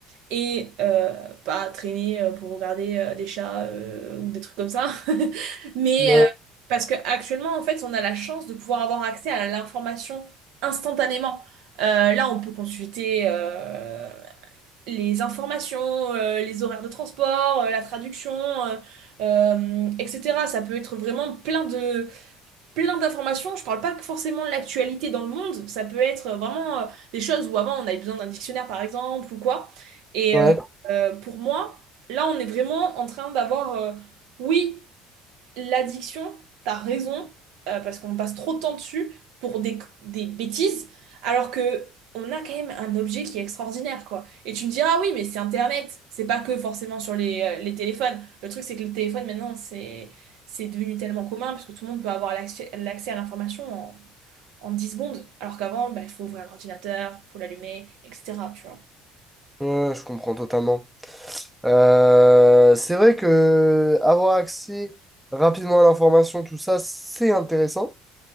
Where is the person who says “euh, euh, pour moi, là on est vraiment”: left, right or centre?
Right